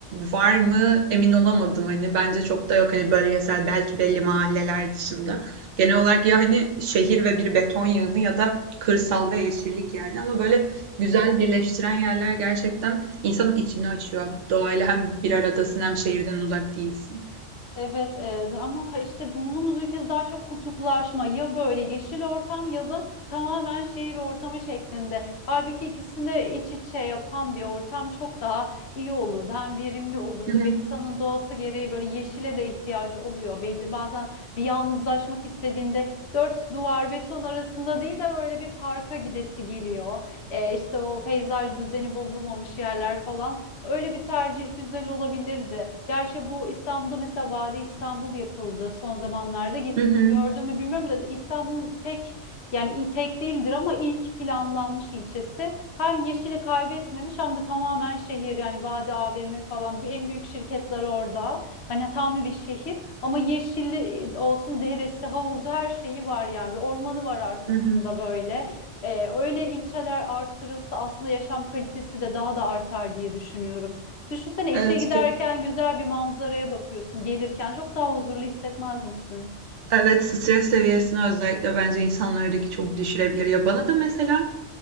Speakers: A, on the right; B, on the left.
A: var mı emin olamadım hani bence çok da yok hani bölgesel belki belli mahalleler dışında. Genel olarak ya hani şehir ve bir beton yığını ya da kırsal ve yeşillik yani ama böyle güzel birleştiren yerler gerçekten insanın içini açıyor. Doğayla hem bir aradasın hem şehirden uzak değilsin.
B: Evet e, ama ha- işte bulunduğumuz ülkede daha çok kutuplaşma ya böyle yeşil ortam ya da tamamen şehir ortamı şeklinde. Halbuki ikisini de iç içe yapan bir ortam çok daha iyi olurdu. Hem verimli olurdu
A: Hı hı.
B: ve insanın doğası gereği böyle yeşile de ihtiyacı oluyor. Belli, bazen bir yalnızlaşmak istediğinde dört duvar beton arasında değil de böyle bir parka gidesi geliyor. E, işte o peyzaj düzeni bozulmamış yerler falan öyle bir tercih güzel olabilirdi. Gerçi bu İstanbul'da mesela Vade İstanbul yapıldı son zamanlarda. Git-
A: Hı hı.
B: Gördün mü bilmiyorum da İstanbul'un tek yani il- tek değildir ama ilk planlanmış ilçesi. Hem yeşili kaybetmemiş hem de tamamen şehir yani Vade AVM falan en büyük şirketler orada. Hani tam bir şehir ama yeşilli e, olsun deresi, havuzu her şeyi var yani. Bir ormanı var arkasında
A: Hı hı.
B: böyle. Ee, öyle ilçeler arttırılsa aslında yaşam kalitesi de daha da artar diye düşünüyorum. Düşünsene
A: Evet
B: işe giderken
A: ki.
B: güzel bir manzaraya bakıyorsun. Gelirken çok daha huzurlu hissetmez misin?
A: Evet stres seviyesini özellikle bence insanlardaki çok düşürebilir ya bana da mesela